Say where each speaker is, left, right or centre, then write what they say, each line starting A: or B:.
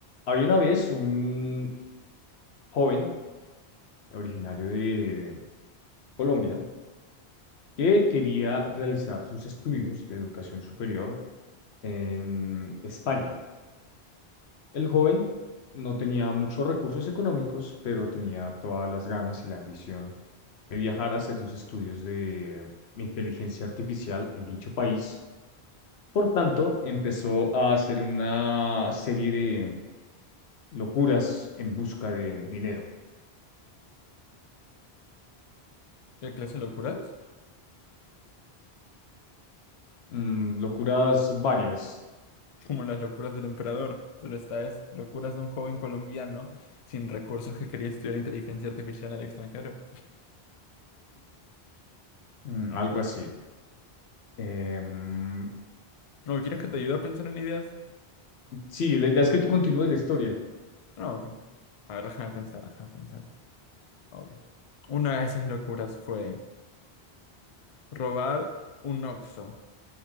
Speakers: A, on the left; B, on the left.
A: Había una vez un joven originario de Colombia que quería realizar sus estudios de educación superior en España. El joven no tenía muchos recursos económicos, pero tenía todas las ganas y la ambición de viajar a hacer sus estudios de inteligencia artificial en dicho país. Por tanto, empezó a hacer una serie de locuras en busca de dinero.
B: ¿Qué clase de locuras?
A: Mm, locuras varias
B: Como las locuras del emperador, pero esta es locuras de un joven colombiano sin recursos que quería estudiar inteligencia artificial en el extranjero.
A: Mm, algo así. Em,
B: ¿No quieres que te ayude a pensar en ideas?
A: sí, la idea es que tú continúes la historia.
B: No, ok. A ver, déjame pensar, déjame pensar. Ok. Una de esas locuras fue robar un Oxxo.